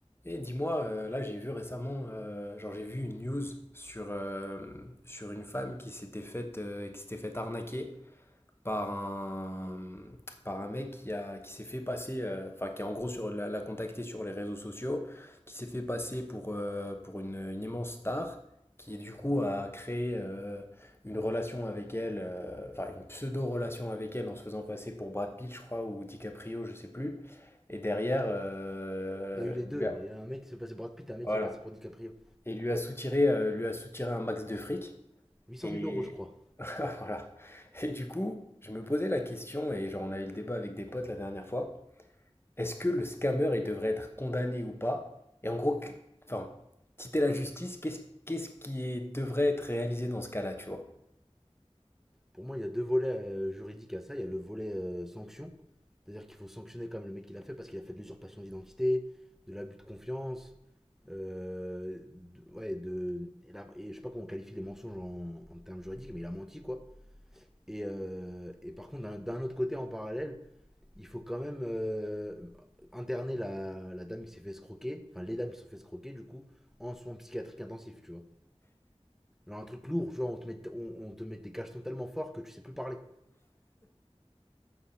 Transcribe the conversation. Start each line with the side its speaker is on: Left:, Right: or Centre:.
Left: Et dis-moi, euh, là j'ai vu récemment, euh, genre j'ai vu une news sur, euh, sur une femme qui s'était faite euh, qui s'était faite arnaquer par un par un mec qui a qui s'est fait passer, euh, enfin qui a en gros sur l'a, l'a contacté sur les réseaux sociaux, qui s'est fait passer pour euh, pour une, une immense star, qui du coup a créé euh, une relation avec elle, euh, enfin une pseudo relation avec elle en se faisant passer pour Brad Pitt, je crois, ou DiCaprio, je sais plus. Et derrière, euh,
Centre: Il y a eu les deux.
Left: lui a-
Centre: Il y a un mec qui s'est passé pour Brad Pitt, un mec
Left: voilà
Centre: qui s'est passé pour DiCaprio.
Left: et lui a soutiré, heu, lui a soutiré un max de fric
Centre: Huit cent
Left: et
Centre: mille euros, je crois.
Left: <laughs> voilà et du coup, je me posais la question et genre on a eu le débat avec des potes la dernière fois. Est-ce que le scammer, il devrait être condamné ou pas? Et en gros, qu enfin, si t'es la justice, qu'est-ce qu'est-ce qui est- devrait être réalisé dans ce cas-là, tu vois?
Centre: Pour moi, il y a deux volets euh, juridiques à ça. Il y a le volet euh, sanction. C'est-à-dire qu'il faut sanctionner comme le mec qui l'a fait parce qu'il a fait de l'usurpation d'identité, de l'abus de confiance. euh, de- ouais, de. et la- et je sais pas comment on qualifie les mensonges en, en termes juridiques, mais il a menti, quoi. Et, euh, et par contre, d'un- d'un autre côté, en parallèle, il faut quand même euh, interner la, la dame qui s'est fait escroquer, enfin les dames qui se sont fait escroquer, du coup, en soins psychiatriques intensifs, tu vois. Genre un truc lourd, genre on te met, on, on te met des cachetons tellement forts que tu sais plus parler. De